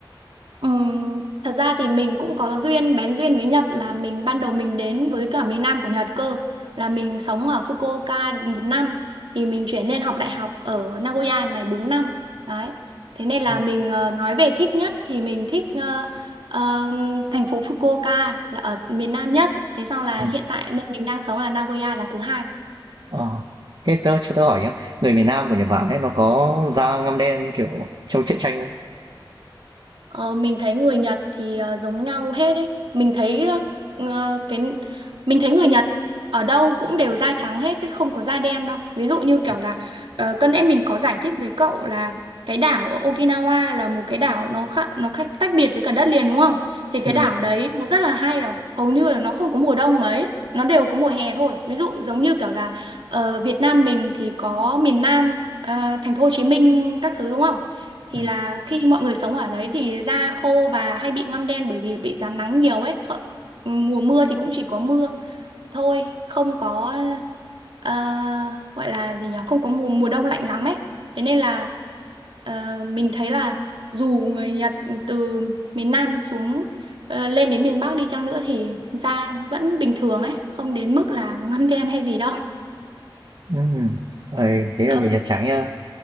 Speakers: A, on the right; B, on the right.
A: Ừm, thật ra thì mình cũng có duyên bén duyên với Nhật là mình ban đầu mình đến với cả miền Nam của Nhật cơ là mình sống ở Fukuoka một năm thì mình chuyển lên học đại học ở Nagoya này 4 năm đấy thế nên
B: Đúng
A: là mình ờ, nói về thích nhất thì mình thích ờ, ờ, thành phố Fukuoka là ở miền Nam nhất thế sau là
B: Ừ.
A: hiện tại nơi mình đang sống là Nagoya là thứ hai
B: Ờ, thế tớ cho tớ hỏi nhá, người miền Nam của Nhật Bản ấy nó có da ngăm đen như kiểu trong truyện tranh không?
A: Ờ, mình thấy người Nhật thì ờ, giống nhau hết ấy. Mình thấy ờ, ờ, cái mình thấy người Nhật ở đâu cũng đều da trắng hết, chứ không có da đen đâu. Ví dụ như kiểu
B: Ờ,
A: là uh, cân nãy mình có giải thích với cậu là cái đảo ở Okinawa là một cái đảo nó khác nó khác, tách biệt với cả đất liền đúng không? Thì cái
B: Ừ,
A: đảo đấy nó rất là hay rồi, hầu như là nó không có mùa đông mấy, nó đều có mùa hè thôi. Ví dụ giống như kiểu là ở Việt Nam mình thì có miền Nam ờ, thành phố Hồ Chí Minh các thứ đúng không? thì
B: ừ,
A: là khi mọi người sống ở đấy thì da khô và hay bị ngăm đen bởi vì bị rám nắng nhiều ấy Kh- mùa mưa thì cũng chỉ có mưa thôi không có ờ, gọi là gì nhỉ không có mùa mùa đông lạnh lắm ấy thế nên là ờ, mình thấy là dù người Nhật từ miền Nam xuống ờ, lên đến miền Bắc đi chăng nữa thì da vẫn bình thường ấy không đến mức là ngăm đen hay gì đâu
B: ừ, ừ. Ôi, thế
A: ờ
B: là người Nhật trắng nhá.